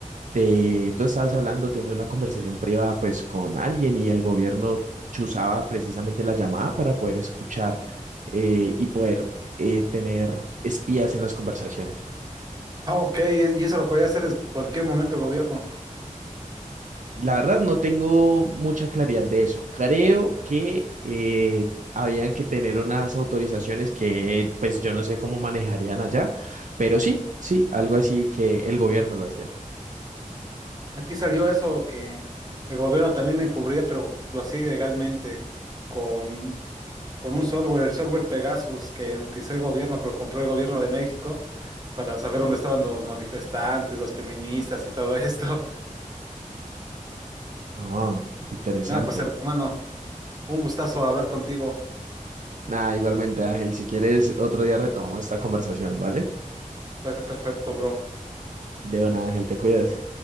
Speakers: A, on the right; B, on the right.
A: te, tú estabas hablando, teniendo una conversación privada pues con alguien y el gobierno chuzaba precisamente la llamada para poder escuchar eh, y poder eh, tener espías en las conversaciones.
B: Ah, ok, y y eso lo podía hacer en cualquier momento el gobierno.
A: La verdad no tengo mucha claridad de eso. Creo que eh, habían que tener unas autorizaciones que pues yo no sé cómo manejarían allá, pero sí, sí, algo así que el gobierno lo hacía.
B: Aquí salió eso que el gobierno también encubría, pero lo hacía ilegalmente con, con un software, el software Pegasus, que lo utilizó el gobierno, que lo compró el gobierno de México, para saber dónde estaban los manifestantes, las feministas y todo esto.
A: Ah, interesante.
B: <laughs> Nada, pues hermano, un gustazo hablar contigo.
A: Nada, igualmente, Ángel, si quieres, otro día retomamos esta conversación, ¿vale?
B: Parece perfecto, bro.
A: De una, Ángel, te cuidas.